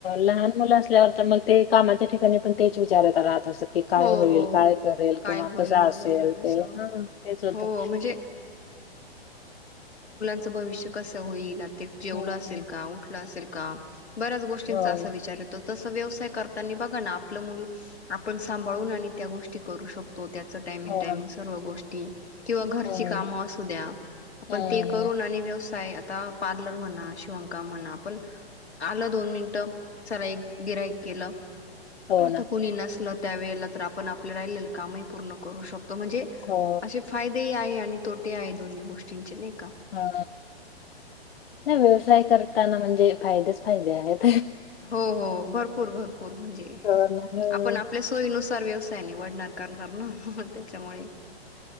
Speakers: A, on the left; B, on the left.
A: लहान मुलं असल्यावर तर मग ते कामाच्या ठिकाणी. पण तेच विचारतात. तस कि काय
B: हो
A: होईल,
B: हो
A: काय करेल
B: काय
A: किंवा
B: होईल
A: कसं
B: वगैरे
A: असेल
B: असं
A: ते ह तेच होते.
B: हो म्हणजे ं भविष्य कसं होईल. ते जेवलं
A: हं.
B: असेल का उठलं असेल. मु काम. बऱ्याच गोष्टींचा
A: हो
B: असं
A: ना.
B: विचार येतो तस. व्यवसाय करताना बघा ना आपलं म्हणून मूल आ. पण सांभाळून आणि त्या गोष्टी. ती करू शकतो तो त्याचं टायमिंग
A: हो
B: टायमिंग
A: ना.
B: सर्व गोष्टी ती किंवा घरची
A: हं,
B: कामं असू द्या आपण
A: हं,
B: ते करून
A: हं.
B: आणि व्यवसाय य आता पार्लर म्हणा शिवणकाम म्हणा पण आलं दोन मिनिटं चला एक गिऱ्हाईक केलं.
A: हो
B: आता
A: ना.
B: कोणी नसलं त्यावेळेला तर आपण आपलं राहिले कामही पूर्ण करू शकतो म्हणजे
A: हो.
B: असे फायदे हि आहे. आणि तोटे आहे दोन्ही गोष्टींचे नाही का
A: ह नाही व्यवसाय
B: हो हो
A: करताना म्हणजे फायदाच फायदे आहेत.
B: हो हो भरपूर भरपूर म्हणजे
A: हो ना. हो.
B: आपण आपल्या सोयीनुसार व्यवसाय निवडणार करणार ना त्याच्यामुळे